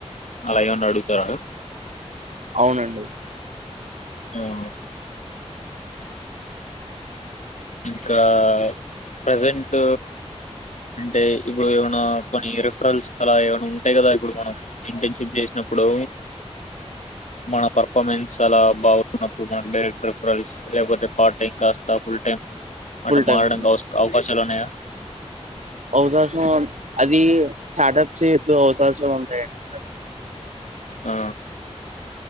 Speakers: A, on the left (about 90°); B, on the right (about 90°).
A: అలా ఏమన్న అడుగుతార
B: అవునండి.
A: అవును ఇంకా ప్రెసెంట్ అంటే ఇప్పుడు ఏమైనా కొన్ని రిఫరల్స్ అలా ఏమైన ఉంటాయి కదా ఇప్పుడు మనం ఇంటర్న్షిప్ చేసినప్పుడూ మన పర్ఫార్మెన్స్ అలా బాగున్నప్పుడు మన డైరెక్ట్ రిఫరల్స్ లేకపోతె పార్ట్ టైం కాస్త ఫుల్ టైం
B: ఫుల్
A: అట మారడానికి
B: టైమ్
A: అవస్ అవకాశాలు ఉన్నాయా.
B: అవకాశం అదీ స్టార్టప్స్ చేసే అవకాశం ఉంటాయండి
A: ఆ